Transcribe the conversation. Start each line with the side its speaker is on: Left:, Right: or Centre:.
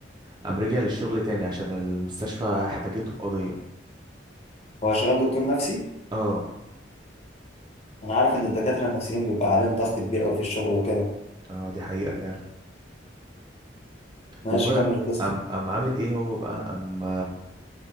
Right: قام رجع للشغل تاني عشان المستشفى احتاجته في قضية
Left: هو شغال دكتور نفسي
Right: اه
Left: انا عارف ان الدكاتره النفسيين بيبقى عليهم ضغط كبير قوي في الشغل وكده
Right: اه دي حقيقة فعلا
Left: ماشي
Right: المهم
Left: كمل القصه
Right: قام قام عامل ايه هو بقى قام